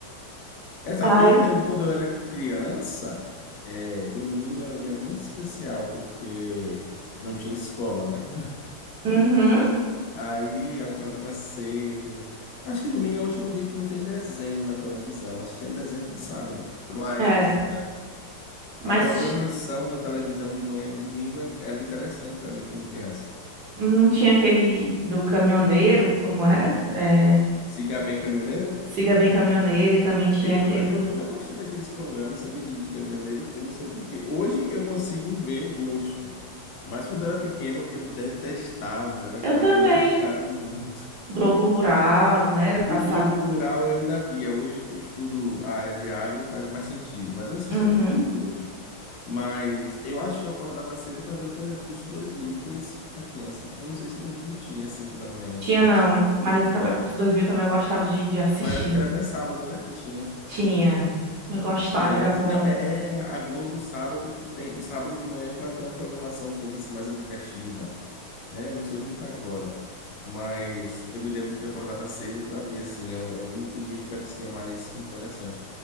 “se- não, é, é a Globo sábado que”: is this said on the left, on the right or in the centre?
Left